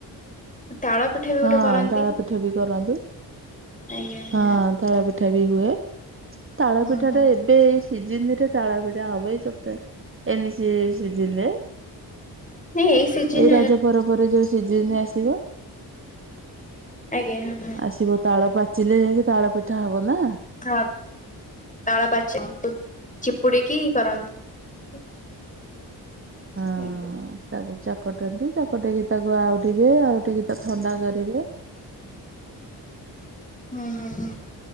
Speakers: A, on the left; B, on the right.
A: ତାଳ ପିଠା। ବି ଗୋଟେ
B: ହଁ
A: କରନ୍ତି।
B: ତାଳପିଠା ବି କରନ୍ତି।
A: ଆଜ୍ଞା ଆଜ୍ଞା
B: ହଁ ତାଳ ପିଠା ବି ହୁଏ ତାଳ
A: ହଁ
B: ପିଠା
A: ହଁ
B: ଟା ଏ ଏ ଏଇ ସିଜିନିରେ ତାଳପିଠା ହବ ଏଇ ସପ୍ତାହେ ଏ ମି ସି-ସିଜିନି ରେ।
A: ନାଇଁ ଏଇ ସିଜନ
B: ଏଇ ରଜ ପର ପରେ ଯୋଉ ସିଜିନ ଆସିବ।
A: ଆଜ୍ଞା ହଁ ହଁ।
B: ଆସିବ ତାଳ ପାଚିଲେ ଯାଇକି ତାଳ ପିଠା ହବ ନା।
A: ହଁ ତାଳ ପାଚେ <inaudible> ଚିପୁଡିକି କରନ୍ତି। <inaudible>
B: ହଁ
A: ଆଜ୍ଞା
B: ତାକୁ ଚକଟନ୍ତି ଚକଟେଇକି ତାକୁ ଆଉ ଟିବେ ଆଉଟିକି ତା ଥଣ୍ଡା କରିବେ।
A: ହୁଁ ହୁଁ ହୁଁ।